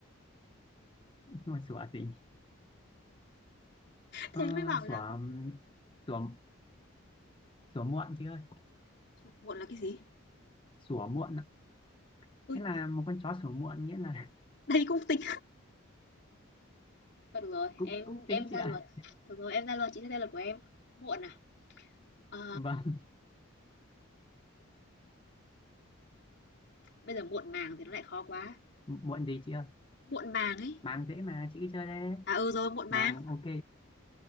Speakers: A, on the left; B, on the left.
A: <laughs> mà sủa gì
B: thế
A: ờ,
B: mới bảo là
A: sủa um,
B: có
A: sủa sủa muộn chị ơi
B: sủa muộn là cái gì?
A: sủa muộn ạ.
B: Ôi,
A: nghĩa là một con chó sủa muộn nghĩa là
B: đấy cũng tính. Thôi được
A: <laughs>
B: rồi,
A: cũng
B: em
A: cũng tính
B: em ra
A: chị ạ
B: luật. Được rồi, em ra luật, chị sẽ ra luật của em. Muộn à? Ờ,
A: vâng
B: bây giờ muộn màng thì nó lại khó quá.
A: muộn gì chị ơi
B: Muộn màng ấy.
A: màng dễ mà chị cứ chơi đây
B: À ừ rồi, muộn màng.
A: màng ok